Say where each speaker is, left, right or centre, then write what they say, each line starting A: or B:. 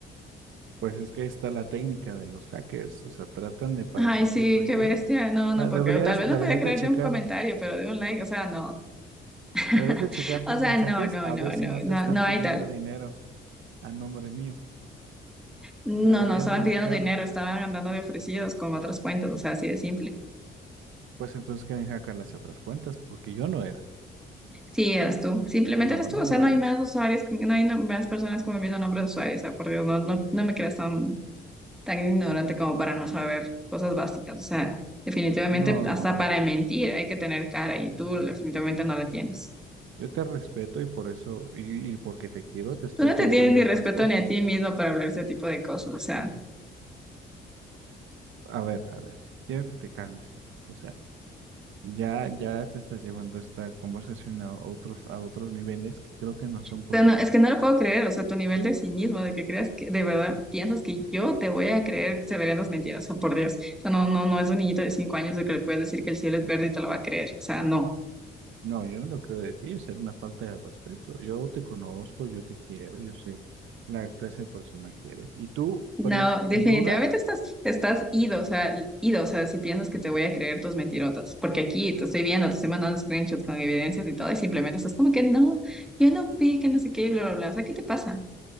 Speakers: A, on the right; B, in the centre.
A: Pues es que está la técnica de los hackers. O sea, tratan de parecer
B: Ay, sí,
A: que soy
B: qué
A: yo.
B: bestia,
A: O
B: no, no,
A: sea,
B: porque
A: deberías,
B: tal vez
A: deberías
B: lo podía creer
A: de checar.
B: de un comentario, pero de un like, o sea, no. <laughs>
A: Deberías de checar tus
B: O sea,
A: mensajes
B: no, no,
A: a
B: no,
A: ver si
B: no,
A: no
B: no,
A: te están
B: no hay
A: pidiendo
B: tal.
A: dinero a nombre mío.
B: No,
A: Deberías
B: no, estaban
A: de buscarlo.
B: pidiendo dinero, estaban andando de ofrecidos con otras cuentas, o sea, así de simple.
A: Pues entonces quieren hackear hacia otras cuentas, porque yo no era.
B: Sí,
A: Sí.
B: eres tú. Simplemente
A: No,
B: eres tú.
A: yo
B: O sea,
A: no
B: no
A: era.
B: hay más usuarios, con- no hay no- más personas con el mismo nombre de usuario. O sea, por Dios, no, no, no me creas tan, tan ignorante como para no saber cosas básicas. O sea, definitivamente
A: No,
B: hasta
A: no, o sea,
B: para mentir hay que tener cara y tú definitivamente no la tienes.
A: yo te respeto y por eso, y, y porque te quiero, te estoy
B: Tú no
A: contando
B: te tienes ni
A: estas
B: respeto
A: cosas.
B: ni a ti mismo para hablar ese tipo de cosas. O sea,
A: A ver, a ver, quiero que te calmes. O sea, ya, ya te estás llevando esta conversación a otros, a otros niveles que creo que no son
B: o
A: prudentes.
B: sea, no- es que no lo puedo creer. O sea, tu nivel de cinismo, de que creas que de verdad piensas que yo te voy a creer severas mentiras. O sea, por Dios. O sea, no, no, no es un niñito de cinco años el que le puedes decir que el cielo es verde y te lo va a creer. O sea, no.
A: No, yo no lo creo de ti, es una falta de respeto. Yo te conozco, yo te quiero, yo sé la clase de persona que eres. Y tú
B: No,
A: pones
B: definitivamente
A: en duda,
B: estás, estás ido, o sea, ido, o sea, si piensas que te voy a creer tus mentirotas, porque aquí te estoy viendo, te estoy mandando screenshots con evidencias y todo, y simplemente estás como que no, yo no fui, que no sé qué, y bla, bla, bla, o sea, ¿qué te pasa?